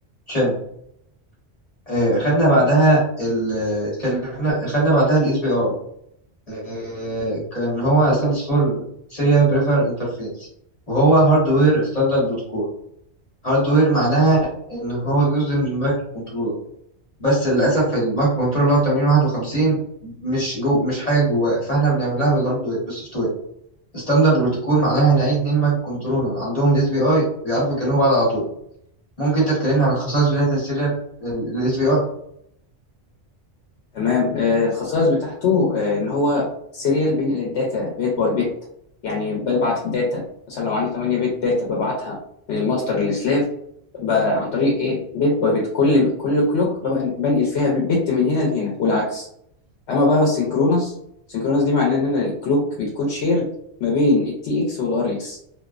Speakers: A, on the left; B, on the left.
A: channel آه، خدنا بعدها ال اتكلمنا خدنا بعدها ال SPI آه، كان هو stands for serial prefer interface وهو hardware standard protocol hardware معناها ان هو جزء من المايكرو كنترول، بس للاسف المايكرو كنترول اللي هو 8051 مش جو مش حاجه جواه فاحنا بنعملها بالهاردوير بالسوفت وير ستاندرد بروتوكول معناها ان اي اتنين مايكرو كنترولر عندهم الاس بي اي بيعرفوا يكلموا بعض على طول ممكن انت تكلمني عن خصائص بدايه السيريال الاس بي اي
B: تمام آه، الخصائص بتاعته آه، ان هو سيريال بينقل الداتا بيت باي بيت يعني ببعت الداتا مثلا لو عندي 8 بيت داتا ببعتها من الماستر للسلاف ب- عن طريق ايه بيت باي بيت كل كل كلوك ببقى بنقل فيها بيت من هنا لهنا والعكس اما بقى السynchronous السynchronous دي معناه ان انا الكلوك بتكون شيرد ما بين التي اكس والار اكس